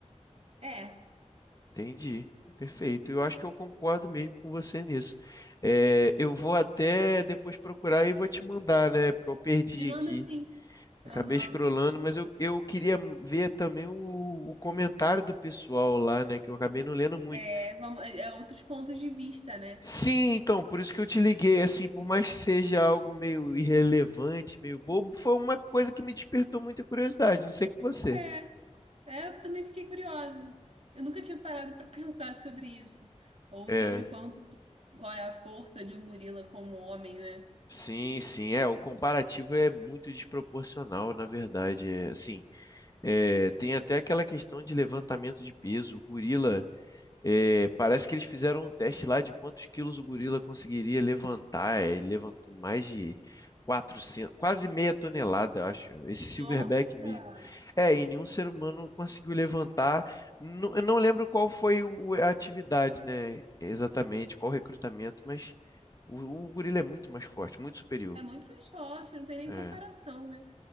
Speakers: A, on the right (about 60°); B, on the left (about 30°).
A: É,
B: Entendi. Perfeito. Eu acho que eu concordo mesmo com você nisso. É, eu vou até depois procurar e vou te mandar, né? Porque eu perdi
A: me manda
B: aqui.
A: assim.
B: Acabei
A: Aham.
B: escrolando, mas eu, eu queria ver também o, o comentário do pessoal lá, né? Que eu acabei não lendo muito.
A: É, vamos, é é outros pontos de vista, né?
B: Sim, então, por isso que eu te liguei. Assim, por mais que seja algo meio irrelevante, meio bobo, foi uma coisa que me despertou muita curiosidade. Não sei com você.
A: É, é, eu também fiquei curiosa. Eu nunca tinha parado pra <laughs> pensar sobre isso. Ou
B: É,
A: sobre quanto, qual é a força de um gorila como homem, né?
B: sim, sim, é, o comparativo é muito desproporcional, na verdade, é, assim, É, tem até aquela questão de levantamento de peso. O gorila, é, parece que eles fizeram um teste lá de quantos quilos o gorila conseguiria levantar. É, Ele levantou mais de 400, quase meia tonelada, eu acho. Esse silverback
A: Nossa!
B: mesmo. É, e nenhum ser humano conseguiu levantar. Nu- eu não lembro qual foi o- a atividade, né? Exatamente, qual o recrutamento, mas o, o gorila é muito mais forte, muito superior.
A: É muito mais forte, não tem nem
B: É.
A: comparação, né?